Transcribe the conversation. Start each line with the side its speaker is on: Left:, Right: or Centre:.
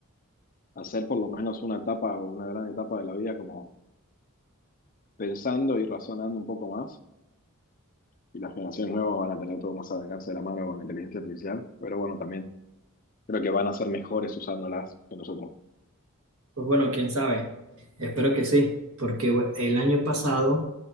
Left: hacer por lo menos una etapa o una gran etapa de la vida como pensando y razonando un poco más. Y las generaciones nuevas van a tener todo más al alcance de la mano con la inteligencia artificial, pero bueno, también creo que van a ser mejores usándolas que nosotros.
Right: Pues bueno, quién sabe. Espero que sí, porque bueno, el año pasado